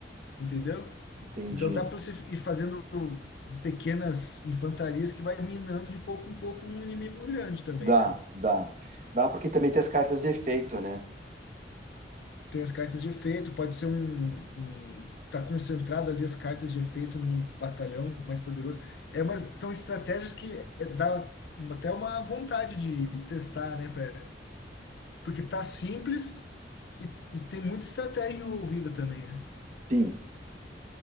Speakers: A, on the left (about 65°); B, on the right (about 40°).
A: entendeu?
B: entendi.
A: Então dá para você ir fazendo pequenas infantarias que vai minando de pouco em pouco um inimigo grande também,
B: Dá,
A: né?
B: dá. Dá porque também tem as cartas de efeito, né?
A: Tem as cartas de efeito, pode ser um, um- tá concentrado ali as cartas de efeito num batalhão mais poderoso. É uma, são estratégias que é, dá uma- até uma vontade de testar, né? pra- porque tá simples e, e tem muita estratégia envolvida também, né?
B: Sim,